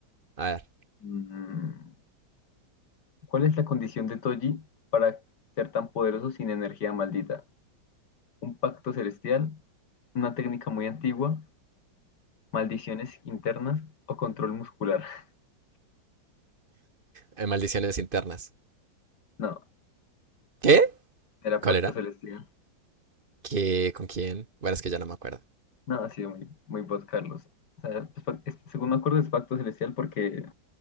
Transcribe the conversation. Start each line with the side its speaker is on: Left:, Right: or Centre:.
Right: A ver,
Left: Mm, ¿cuál es la condición de Toji para ser tan poderoso sin energía maldita? ¿Un pacto celestial? ¿Una técnica muy antigua? ¿Maldiciones internas o control muscular? <laughs>
Right: en maldiciones internas.
Left: No,
Right: ¿Qué?
Left: era
Right: ¿Cuál
Left: pacto
Right: era?
Left: celestial.
Right: ¿Qué? ¿Con quién? Bueno, es que ya no me acuerdo.
Left: No, ha sido muy, muy vos, Carlos. O sea, es fa- es- según me acuerdo es pacto celestial porque,